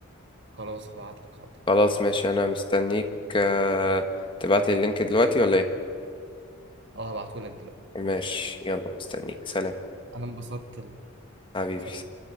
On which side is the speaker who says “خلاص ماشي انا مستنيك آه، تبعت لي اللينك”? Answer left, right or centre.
Left